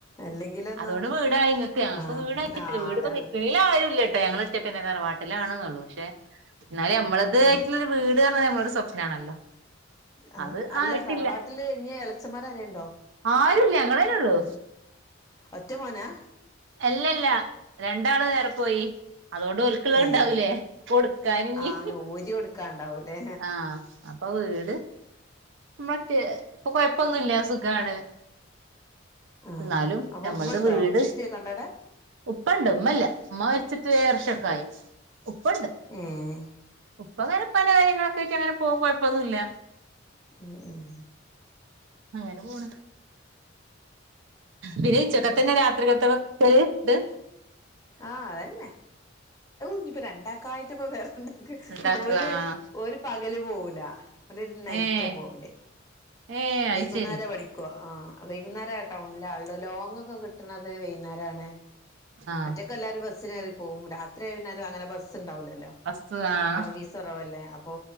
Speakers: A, on the left; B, on the right.
A: അല്ലെങ്കിലൊന്നും
B: അതോണ്ട് വീടായി ഇങ്ങക്ക് ഞങ്ങക്ക്
A: ആഹ്
B: വീടായിട്ടില്ല
A: ആഹ്
B: വീട്
A: അതാണ്
B: പ്പ നിക്കണേലും <unintelligible> ഞങ്ങളൊറ്റക്കെന്നെ തറവാട്ടിലാണെന്നുള്ളു പഷേ എന്നാലും ഞമ്മളത്
A: ഉം
B: ആയിട്ടുള്ളൊരു വീട് പറഞ്ഞ ഞമ്മടെ ഒരു സ്വപ്നാണല്ലോ
A: ആഹ്
B: അത്
A: അല്ല
B: ആയിട്ടില്ല
A: തറവാട്ടില് ഇനി ഇളച്ചമാരാരേലുംണ്ടോ
B: ആരുല്ല ഞങ്ങളന്നെ ഉള്ളു
A: ഒറ്റ മോനാ
B: അല്ല ല്ലാ രണ്ടാള് വേറെ പോയി അതുകൊണ്ട് ഓല്ക്കുള്ളത്
A: ഏഹ്
B: ഇണ്ടാവൂലേ കൊടുക്കാനിഞ്ഞി-
A: ആഹ് അങ്ങനെ ഊരി കൊടുക്കാണ്ടാവൂലേ
B: ആഹ് അപ്പൊ വീട്- മറ്റേ ഇപ്പൊ കൊഴപ്പൊന്നുല്ല സുഖാണ്
A: ആഹ്
B: എന്നാലും
A: അപ്പൊ
B: ഞമ്മളുടെ
A: ഉമ്മണ്ടോ
B: വീട്
A: ഉമ്മേം ഉപ്പേക്കെ ഉണ്ടോ അവിടെ
B: ഉപ്പ ഉണ്ട് ഉമ്മല്ല ഉമ്മ മരച്ചിട്ട് ഏഴ് വർഷം ക്കായി ഉപ്പണ്ട്
A: ഏഹ്
B: ഉപ്പ വരും ഉപ്പാന്റെ കാര്യങ്ങളൊക്കെ ആയിട്ട് അങ്ങനെ പോവും കൊഴപ്പൊന്നുല്ല
A: ഉം ഉം
B: അങ്ങനെ പോണ് പിന്നെ ഉച്ചക്കത്തന്നെ
A: ഓഹ്
B: രാത്രിലേക്ക് ഉണ്ട്
A: ആഹ് അത് തന്നെ ഞ്ഞി ഇപ്പോ രണ്ടാക്കയായിട്ട് വെ - എന്ക്ക്
B: ഉണ്ടാക്ക
A: ഒരു
B: ആഹ്
A: ഒരു പകല് പോവൂല അവന് നൈറ്റാ
B: ഏഹ്
A: പോവല
B: ഏഹ്
A: വൈകുന്നേരം
B: അത് ശരി
A: പാടിക്കോ ആഹ് വൈകുന്നേര ടൗണില ആളുടെ ലോങ്ങൊക്കെ കിട്ടണത് വൈകുന്നേരം ആണ്
B: ആഹ്
A: മറ്റൊക്കെ എല്ലാവരും ബസ്സിന് കേറി പോവും രാത്രിയതിനാല- അങ്ങനെ ബസ്ണ്ടാവോല്ലലോ
B: ബസ് ആഹ്
A: സർവീസ് കൊറവല്ലേ അപ്പോ